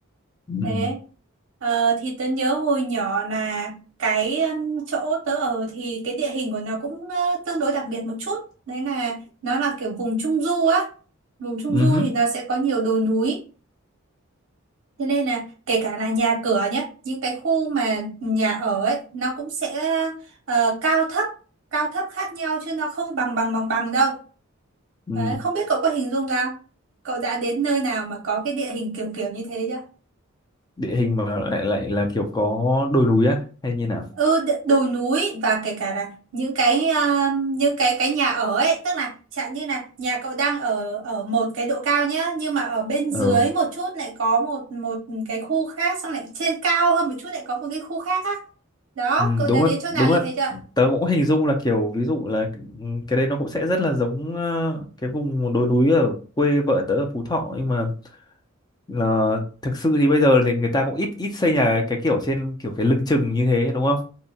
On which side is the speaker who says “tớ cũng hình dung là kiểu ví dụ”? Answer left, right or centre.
Left